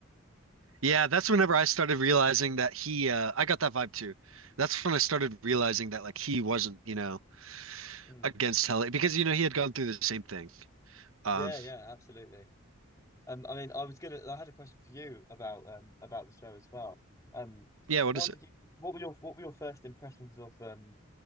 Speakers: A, on the right; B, on the left.
A: yeah, that's whenever I started realizing that he uh I got that vibe too. That's when I started realizing that like he wasn't, you know,
B: Mm.
A: against Hell because you know he had gone through the same thing. Um,
B: Yeah, yeah, absolutely. Um, I mean, I was gonna I had a question for you about um about the show as well. Um,
A: yeah, what
B: what
A: is it?
B: did you what were your what were your first impressions of um